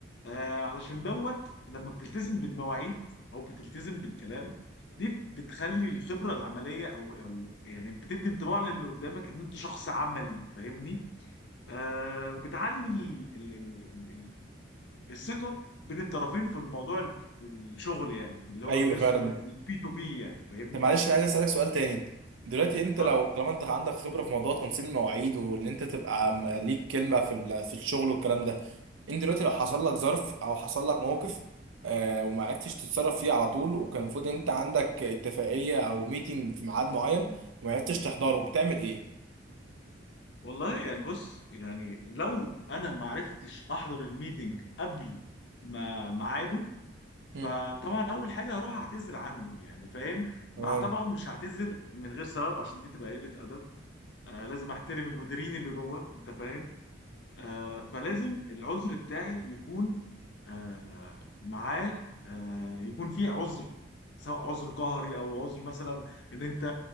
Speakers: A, on the left; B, on the right.
A: آه علشان دوت لما بتلتزم بالمواعيد او بتلتزم بالكلام دي بتخلي الخبره العمليه او او يعني بتدي انطباع للي قدامك ان انت شخص عملي فاهمني آه وبتعلي ال- ال- ال- ال- الثقه بين الطرفين في الموضوع ال- الشغل يعني اللي هو
B: ايوه
A: بيرسونال
B: فعلا
A: بي تو بي يعني فاهمني
B: طب معلش انا عايز اسالك سؤال تاني دلوقتي انت
A: اتفضل
B: اه لو طالما انت عندك خبره في موضوع تنظيم المواعيد وان انت تبقى م- ليك كلمه في ال- في الشغل والكلام ده انت دلوقتي لو حصل لك ظرف او حصل لك موقف آه وما عرفتش تتصرف فيه على طول وكان المفروض انت عندك اتفاقيه او ميتنج في ميعاد معين وما عرفتش
A: <clears throat>
B: تحضره بتعمل ايه؟
A: والله يعني بص يعني لو انا ما عرفتش احضر الميتنج قبل ما ميعاده فطبعا
B: مم.
A: اول حاجه هروح اعتذر عنه يعني فاهم
B: تمام
A: مع طبعا مش هعتذر من غير سبب عشان دي تبقى قله ادب آه لازم احترم المديرين اللي جوه انت فاهم آه، فلازم العذر بتاعي يكون آه، معاه آه، يكون فيه عذر سواء عذر قهري او عذر مثلا ان انت